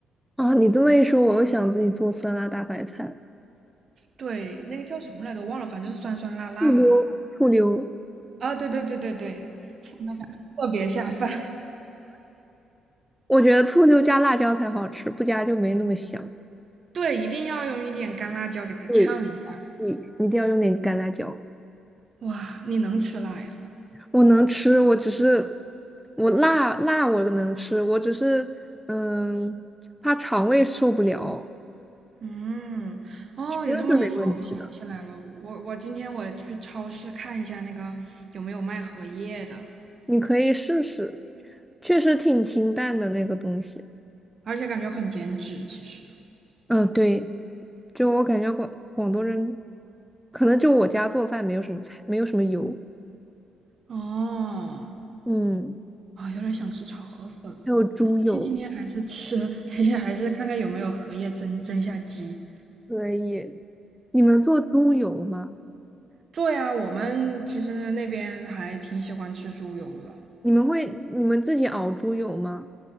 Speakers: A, in the centre; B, on the right.
A: 啊！你这么一说，我又想自己做酸辣大白菜了。
B: 对，那个叫什么来着，忘了，反正就是酸酸辣辣的。
A: 醋溜，醋溜，
B: 啊，对对对对对，吃的感觉特别下饭。
A: 我觉得醋溜加辣椒才好吃，不加就没那么香。
B: <laughs> 对，一定要用一点干辣椒给它呛一下。
A: 对对，一定要用点干辣椒。
B: 哇，你能吃辣呀？
A: 我能吃，我只是我辣辣我能吃，我只是嗯怕肠胃受不了。
B: 嗯，哦，
A: 其是没问题的。
B: 你这么一说，我想起来了，我我今天我去超市看一下那个有没有卖荷叶的。
A: 你可以试试，确实挺清淡的那个东西。
B: 而且感觉很减脂，其实。
A: 嗯，对，就我感觉广广东人，可能就我家做饭没有什么菜，没有什么油，
B: 哦，
A: 嗯，
B: 啊，有点想吃炒河粉了。
A: 还有猪油。
B: 今天还是吃，<laughs> 今天还是看看有没有荷叶蒸蒸一下鸡。
A: 可以。你们做猪油吗？
B: 做呀，我们其实那边还挺喜欢吃猪油的，
A: 你们会你们自己熬猪油吗？